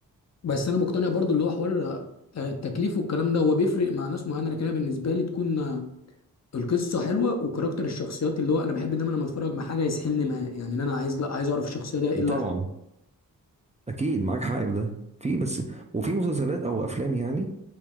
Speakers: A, on the left; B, on the right.
A: بس انا مقتنع برضو اللي هو حوار آه، التكليف والكلام ده هو بيفرق مع ناس معينة لكن انا بالنسبة لي تكون آه، القصه حلوه وكاركتر الشخصيات اللي هو انا بحب دايما لما اتفرج مع حاجه يسحلني معاه يعني إن انا عايز لا عايز اعرف الشخصيه ده ايه اللي
B: طبعا اكيد معاك حق في ده في بس وفي مسلسلات او افلام يعني